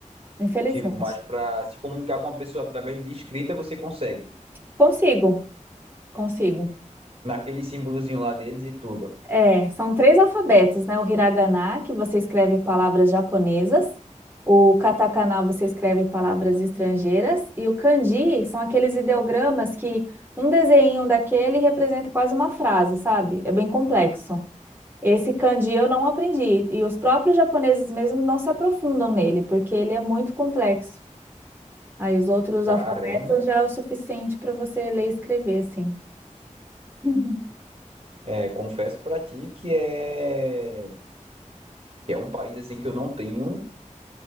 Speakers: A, on the right; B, on the right.
A: Infelizmente.
B: Tipo, mas para se comunicar com uma pessoa através de escrita, você consegue.
A: Consigo, consigo.
B: naquele símbolozinho lá deles e tudo.
A: É, são três alfabetos, né? O hiragana, que você escreve palavras japonesas, o katakana você escreve palavras estrangeiras, e o kanji são aqueles ideogramas que um desenho daquele representa quase uma frase, sabe? É bem complexo. Esse kanji eu não aprendi, e os próprios japoneses mesmos não se aprofundam nele, porque ele é muito complexo. Aí os outros
B: Caramba,
A: alfabetos já é o suficiente para você ler e escrever, assim. <laughs>
B: é, confesso pra ti que é que é um país assim que eu não tenho